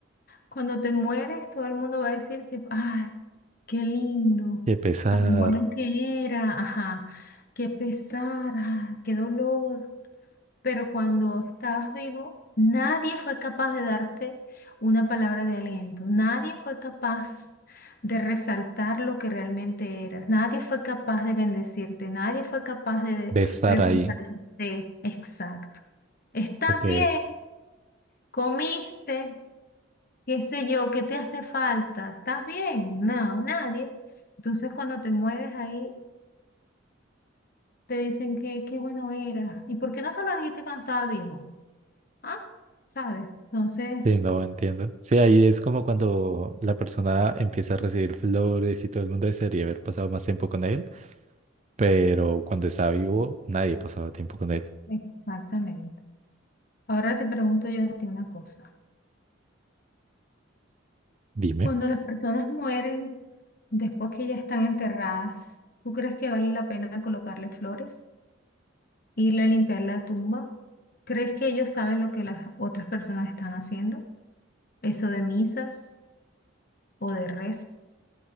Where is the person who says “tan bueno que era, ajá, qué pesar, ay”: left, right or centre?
Left